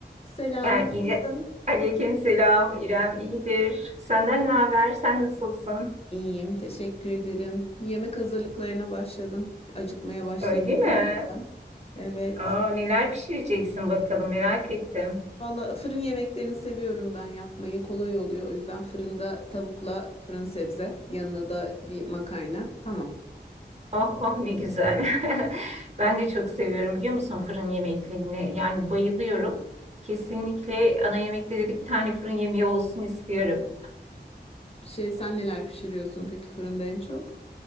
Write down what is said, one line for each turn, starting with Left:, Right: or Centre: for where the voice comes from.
Left: Selam,
Right: Yani İre-
Left: nasılsın?
Right: Aleyküm selam İrem iyidir. Senden ne haber? Sen nasılsın?
Left: İyiyim, teşekkür ederim. Yemek hazırlıklarına başladım. Acıkmaya başlayacağım
Right: Öyle
Left: hafiften.
Right: mi?
Left: Evet.
Right: Aa, neler pişireceksin bakalım merak ettim.
Left: Valla fırın yemeklerini seviyorum ben yapmayı. Kolay oluyor. O yüzden fırında tavukla fırın sebze. Yanına da bir makarna. Tamam.
Right: Oh oh ne güzel. <laughs> Ben de çok seviyorum biliyor musun fırın yemeklerini. Yani bayılıyorum. Kesinlikle ana yemekte de bir tane fırın yemeği olsun istiyorum.
Left: Şey, sen neler pişiriyorsun peki fırında en çok?